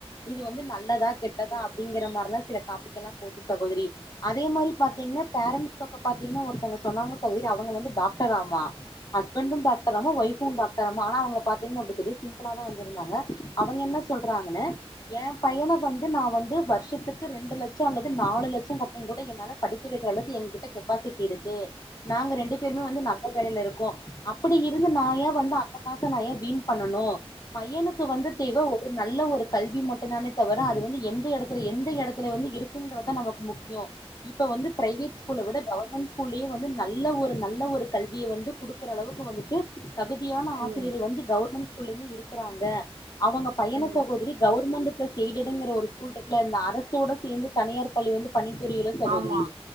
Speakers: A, on the left; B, on the right.
A: இது வந்து நல்லதா கெட்டதா அப்டிங்கிற மாரிலா சில டாபிக் எல்லா போச்சு சகோதரி அதே மாரி பாத்தீங்ன்னா பேரண்ட்ஸ் பக்க பாத்தீங்ன்னா ஒருத்தங்க சொன்னாங்க பாரு இரு அவங்க வந்து டாக்டர்ராமா ஹஸ்பண்டு டாக்டராமா ஒய்ஃபு டாக்டராம ஆனா அவங்கள பாத்தீங்கன்னா அப்டி தெரிய சிம்ப்ளா தா வந்திர்ந்தாங்க அவங்க என்ன சொல்றாங்கன்னு எ பையன வந்து நா வந்து வருஷத்துக் க்கு ரெண்டு லட்சோ அல்லது நாலு லட்சோ கட்டிங் கூட என்னால வைக்ற அளவுக்கு எங்கிட்ட கெப்பாசிட்டி இருக்கு நாங்க ரெண்டு பேருமே வந்து நல்ல வேலைல இருக்கோ அப்டி இருந்து நா ஏ வந்து அந்த காச நா வீண் பண்ணனு பையனுக்கு வந்து இப்ப எதோ நல்ல ஒரு கல்வி மட்டு தானே தவிர அது வந்து எந்த இடத்துல எந்த இடத் துல வந்து இருக்குங்கிறதா நமக்கு முக்கியோ இப்ப வந்து ப்ரைவேட் ஸ்கூல விட கவர்ன்மெண்ஸ் ஸ்கூல்லே வந்து நல்ல ஒரு நல்ல ஒரு கல்விய வந்து குடுக்கற அளவுக்கு வந்துட்டு தகுதியான
B: ம்
A: ஆசிரியர்கள்
B: ம் ம்
A: வந்து கவர்மெண்ட் ஸ்கூல்லயுமே இருக்குறாங்க அவங்க பையன
B: ம்
A: சகோதரி கவர்மெண்ட் ப்ளஸ் எய்டட் ங்ற ஒரு ஸ்கூல் இருக்குல இந்த அரசோட சேர்ந்து தனியார் பள்ளி வந்து பணிபுரியுல சகோதரி
B: ஆமா